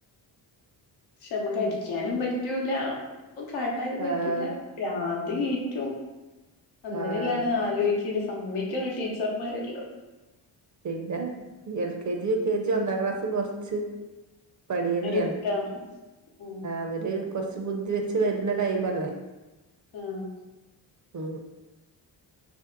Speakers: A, on the left; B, on the right.
A: പക്ഷെ നമ്മുക്ക് അടിക്കാനും പറ്റൂല കാട്ടാനും പറ്റൂല
B: ആഹ്
A: അത് ഏറ്റവും അന്നേരല്ലാണ്
B: ആഹ്
A: ആലോച സമ്മക്കുന്നു ടീച്ചർമാരെല്ലോ
B: പിന്നെ ഈ L K G U K G ഒന്നാം ക്ലാസ്സും കൊറ പണിയന്നെയ
A: റിസ്ക്കാണ് ഉം
B: അവര് കുറച്ച് ബുദ്ധി വെച്ച് വരുന്ന ടൈം അല്ലേ
A: ആം
B: ആ